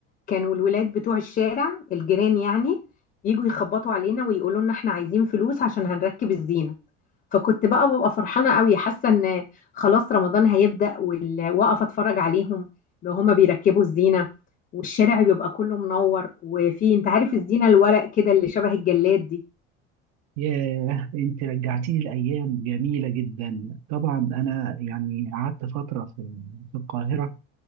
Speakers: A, on the left (about 30°); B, on the right (about 65°).
A: كانوا الولاد بتوع الشارع الجيران يعني يجوا يخبطوا علينا ويقولوا لنا احنا عايزين فلوس عشان هنركب الزينه فكنت بقى ببقى فرحانه قوي حاسه ان خلاص رمضان هيبدا وال- واقف اتفرج عليهم وهما بيركبوا الزينه والشارع بيبقى كله منور وفي انت عارف الزينه الورق كده اللي شبه الجلاد دي
B: ياه انت رجعتيني لايام جميله جدا طبعا انا يعني قعدت فتره في في القاهره